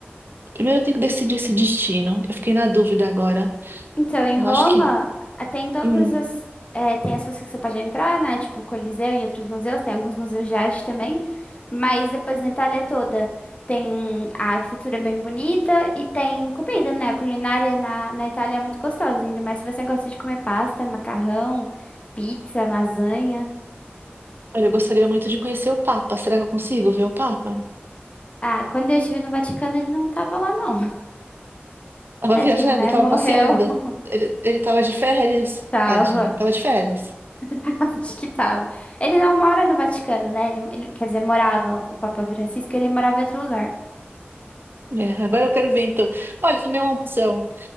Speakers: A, on the right; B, on the left.
A: Primeiro eu tenho que decidir esse destino. Eu fiquei na dúvida agora.
B: Então, em
A: Eu
B: Roma,
A: acho que.
B: ah, tem todas
A: hum,
B: essas. eh, tem as coisas que você pode entrar, né? Tipo o Coliseu e outros museus. Tem alguns museus de arte também. Mas depois na Itália toda tem a arquitetura bem bonita e tem comida, né? A culinária na, na Itália é muito gostosa, ainda mais se você gosta de comer pasta, macarrão, pizza, lasanha.
A: olha, eu gostaria muito de conhecer o Papa. Será que eu consigo ver o Papa?
B: Ah, quando eu estive no Vaticano, ele não tava lá, não. <laughs>
A: Tava
B: Tadinho,
A: viajando,
B: né?
A: tava
B: Morreu.
A: passeando.
B: <laughs>
A: Ele, ele tava de férias,
B: Tava.
A: tadinho, tava de férias.
B: <laughs> Acho que tava. Ele não mora no Vaticano, né? Ele, ele- quer dizer, morava o Papa Francisco, ele morava em outro lugar.
A: É, agora eu quero ver então. Olha, também é uma opção.